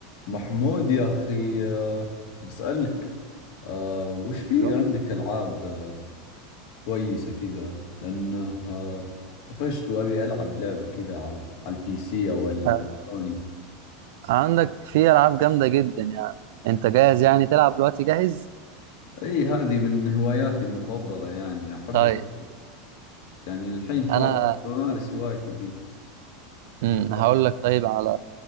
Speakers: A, on the left; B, on the right.
A: محمود يا أخي آه، بسألك آه، وش في
B: ايوه
A: عندك ألعاب آه، كويسة كذا لأنه آه، طفشت وأبي ألعب لعبة كذا على على البي سي أو السوني
B: آه عندك في العاب جامده جدا يعني انت جاهز يعني تلعب دلوقتي جاهز
A: أي هذه من هواياتي المفضلة يعني أحب
B: طيب
A: أسوي يعني الحين فاضي
B: انا
A: بمارس هوايتي ذي
B: امم
A: اللي هي
B: هقول لك طيب على